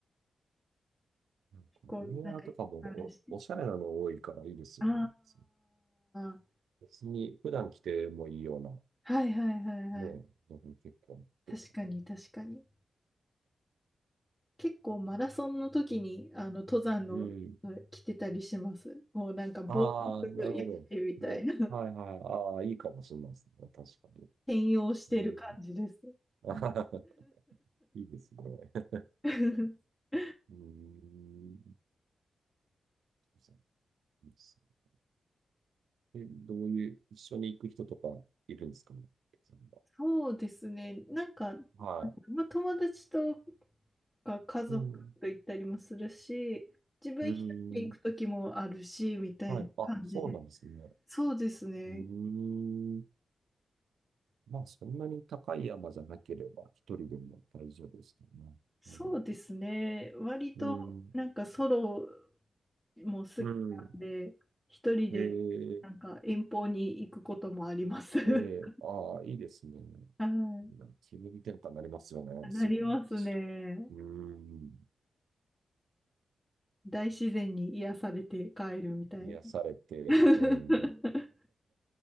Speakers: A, on the right; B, on the left.
A: なんかウェアとかも
B: こう、なんか、あるし。
A: お、おしゃれなの多いからいいですよね。
B: あ
A: そう
B: あ、
A: 別に普段着てもいいような、
B: はいはいはいはい。
A: ねえ、のも結構あって。
B: 確かに確かに。結構マラソンの時に、あの、登山の、
A: うん。
B: あ着てたりします。もうなんか、防
A: ああ、なるほど。
B: 具やってみたいな。
A: もう、
B: <laughs>
A: はいはい。ああ、いいかもしれないですね。確かに。
B: 転用してる感じです。
A: うん <laughs> あははいいですね。
B: <laughs>
A: うーん。そうですねえ、どういう、一緒に行く人とかいるんですかそんな
B: そうですね。なんか、
A: は
B: まあ、友達とか家族と行ったりもするし、
A: い。うん。
B: 自分一人で行く時もあるし、
A: うーん。
B: みたいな感じで。
A: はい。あ、そうなんですね。
B: そうですね。
A: うーん。まあ、そんなに高い山じゃなければ、一人でも大丈夫ですかね。
B: そうですね。
A: うん。
B: 割となんかソロ
A: うん。
B: も好きなんで、
A: うん。
B: 一人でなんか遠方に行くこともあります。
A: えー、
B: <laughs>
A: えー、ああ、いいですね。
B: は
A: な気分転換になりますよね、
B: い。なりますね。
A: すぐに。うーん。
B: 大自然に癒されて帰るみたいな。
A: 癒されて、
B: <laughs>
A: えー、